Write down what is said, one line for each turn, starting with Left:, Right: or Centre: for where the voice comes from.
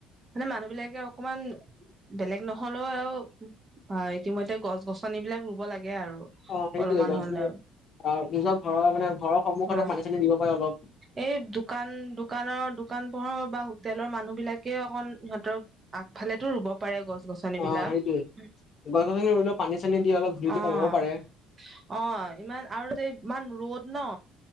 Right: মানে মানুহ বিলাকে অকমান বেলেগ নহলেও আৰু অ ইতিমধ্যে গছ গছনি বিলাক ৰুব লাগে আৰু।
Left: অ সেইটোৱে,
Right: অলপমান
Left: গছ
Right: হলেও
Left: ৰুব অ নিজৰ ঘৰৰ মানে ঘৰৰ সন্মুখতে
Right: অ
Left: পানী চানী দিব পাৰে অলপ।
Right: এই দোকান দোকানৰ দোকান পোহৰ বা হোটেলৰ মানুহ বিলাকে অকন সিহঁতৰ আগফালেতো ৰুব পাৰে গছ গছনি
Left: অ
Right: বিলাক
Left: সেইটোয়ে
Right: অহ।
Left: গছ গছনি ৰুলেও পানী চানী দি অলপ ভিউটো
Right: অঁ
Left: কমাব পাৰে
Right: ইমান আৰু তাতে ইমান ৰ'দ ন?